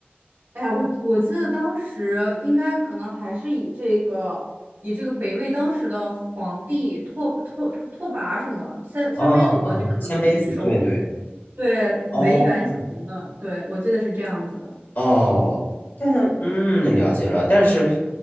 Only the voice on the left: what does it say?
啊啊，鲜卑族，对对，
哦
哦，但嗯，了解了，但是